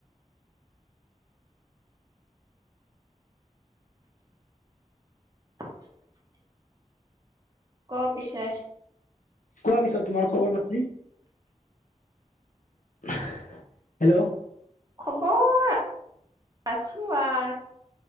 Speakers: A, on the right (about 30°); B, on the left (about 85°).
A: <inaudible> ক পিছে?
B: কোৱা পিছত তোমাৰ খবৰ পাতি? হেল্ল'!
A: খবৰ আছো আৰ